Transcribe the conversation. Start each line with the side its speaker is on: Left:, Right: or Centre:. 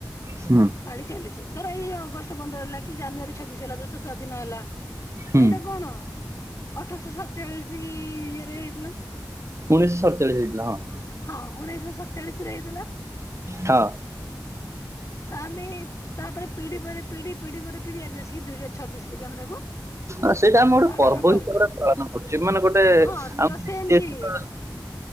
Right: ହୁଁ
Left: ପାଳି ଚାଲିଚେ ଧର ଏଇ ଅଗଷ୍ଟ ପନ୍ଦର ହେଲା କି ଜାନୁଆରୀ ଛବିଶ ହେଲା ଦେଶ ସ୍ଵାଧୀନ ହେଲା।
Right: ହୁଁ
Left: ତ ଏଇଟା କଣ ଅଠରଶ ସଡ଼ଚାଳିଶ କି ଇଏରେ ହେଇଥିଲା।
Right: ଉଣେଇଶହ ସଡ଼ଚାଳିଶି ହେଇଥିଲା ହଁ।
Left: ହଁ ଉଣେଇଶ ସଡ଼ଚାଳିଶରେ ହେଇଥିଲା।
Right: ହଁ।
Left: ହଁ <inaudible> ତ ଆମେ ତାପରେ ପିଢ଼ି ପରେ ପିଢ଼ି ପିଢ଼ି ପରେ ପିଢ଼ି ଆଜି ଆସିକି ଦୁଇ ହଜାର ଛିଶରେ ବି ଆମେ ତାକୁ
Right: ଅ ସେଇଟା ଆମେ ଗୋଟେ
Left: ପାଳନ
Right: ପର୍ବ
Left: କରୁଛେ
Right: ହିସାବରେ ପାଳନ କରୁଚେ ମାନେ ଗୋଟେ
Left: ହଁ
Right: ଆମ
Left: ତ ସେମିତି
Right: ଇତିହାସିକ